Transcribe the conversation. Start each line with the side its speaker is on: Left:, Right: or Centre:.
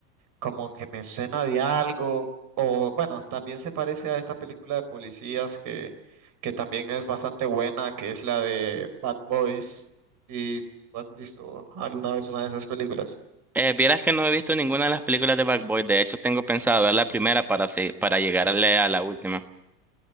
Right: como que me suena de algo, o bueno, también se parece a esta película de policías que, que también es bastante buena, que es la de Bad Boys. ¿Y tú has visto alguna vez una de esas películas?
Centre: Eh, vieras que no he visto ninguna de las películas de Bad Boy. De hecho, tengo pensado ver la primera para, se- para llegarle a la última.